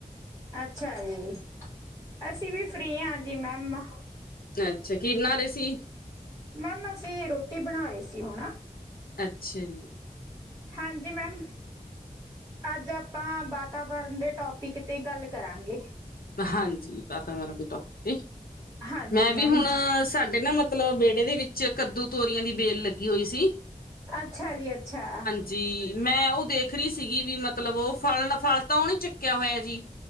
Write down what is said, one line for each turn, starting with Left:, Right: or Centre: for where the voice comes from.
Right: ਅੱਛਾ ਜੀ! ਅਸੀਂ ਵੀ ਫਰੀ ਆਂ ਜੀ ਮੈਮ।
Left: ਤ ਅੱਛਾ ਕੀ ਬਨਾ ਰੇ ਸੀ?
Right: ਮੈਮ ਅਸੀਂ ਰੋਟੀ ਬਣਾ ਰੇ ਸੀ ਹੁਣ।
Left: ਅੱਛਾ ਜੀ!
Right: ਹਾਂਜੀ ਮੈਮ। ਅੱਜ ਆਪਾਂ ਬਾਤਾਵਰਨ ਦੇ ਟੌਪਿਕ 'ਤੇ ਗੱਲ ਕਰਾਂਗੇ।
Left: ਹਾਂਜੀ ਵਾਤਾਵਰਨ ਦੇ ਟੋਪਿ 'ਤੇ
Right: ਹਾਂਜੀ
Left: ਮੈਂ ਵੀ
Right: ਮੈਮ
Left: ਹੁਣ ਸਾਡੇ ਨਾ ਮਤਲਬ ਬਿਹੜੇ ਦੇ ਵਿੱਚ ਕੱਦੂ-ਤੋਰੀਆਂ ਦੀ ਬੇਲ ਲੱਗੀ ਹੋਈ ਸੀ।
Right: ਅੱਛਾ ਜੀ ਅੱਛਾ!
Left: ਜੀ ਮੈਂ ਉਹ ਦੇਖ ਰੀ ਸੀਗੀ ਵੀ ਮਤਲਬ ਉਹ ਫਲ ਫਲ ਤਾਂ ਉਹਨੇ ਚੁੱਕਿਆ ਹੋਇਆ ਜੀ।